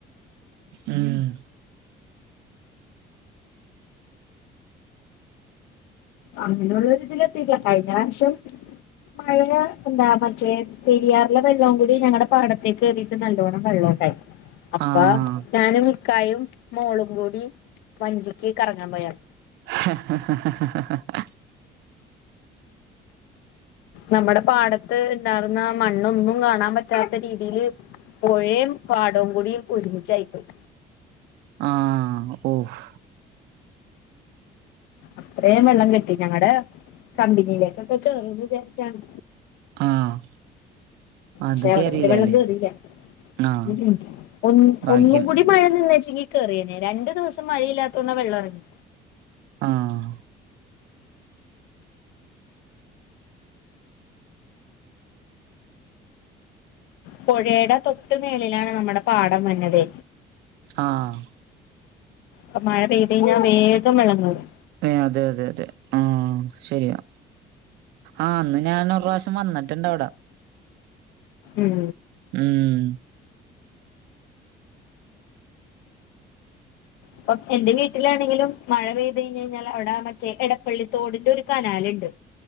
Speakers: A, on the right (about 85°); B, on the left (about 85°).
A: ഉം
B: അങ്ങനെയുള്ള ഇതിലെത്തീട്ട്ല്ല കഴിഞ്ഞറാശ്യം മഴ എന്താ മറ്റേ പെരിയാറിലെ വെള്ളം കൂടി ഞങ്ങടെ പാടത്ത് ത്തേക്ക് ഇതിക്ക് നല്ലോണ്ണം വെള്ളോണ്ടായി. അപ്പാ
A: ആഹ്
B: ഞാനും കായും മോളും കൂടി വഞ്ചീക്ക് കറങ്ങാൻ പോയാൽ
A: <inaudible>
B: നമ്മടെ പാടത്ത് ഇണ്ടാർന്ന മണ്ണൊന്നും കാണാൻ പറ്റാത്ത രീതീല് പൊഴേം പാടം കൂടിം ഒരുമിചായിപ്പോയി
A: ആ ഓഫ്
B: അത്രേം വെള്ളം കെട്ടി ഞങ്ങളടെ കമ്പനിയിലേക്കൊക്കെ കെറുന്ന് വിചാരിച്ചാണ്.
A: ആഹ് അത്
B: ക്ഷെ അവടെവരെ
A: കേറിയില്ലല്ലേ
B: വെള്ളം കേറില.
A: ആഹ്
B: ഉം ഒന്ന്
A: ഭാഗ്യം
B: ഒന്നുംകൂടി മഴ നിന്നെച്ചെങ്കി കേറീനി രണ്ട് ദിവസം മഴയില്ലാത്തൊണ്ടവെള്ള എറങ്ങി.
A: ആഹ്
B: പൊഴേടെ തൊട്ട് മേളിലാണ് നമ്മടെ പാടം വര്നത്.
A: ആഹ്
B: പ്പ മഴ പെയ്തഴിഞ്ഞ വേഗം വെള്ളം കേറും.
A: ഏഹ് അത് അത് അതെ ആഹ് ശരിയാ. ആഹ് അന്ന് ഞാന് ഒരുറാശ്യം വന്ന്ട്ട്ണ്ട് അഒടെ.
B: ഉം
A: ഉം
B: പ്പം എന്റെ വീട്ടിലാണെങ്കിലും മഴ പെയ്ത് കഴിഞ്ഞഴിഞ്ഞാൽ അവടെ മറ്റേ എടപ്പള്ളിത്തോടിന്റെ ഒര് കനാല്ണ്ട്.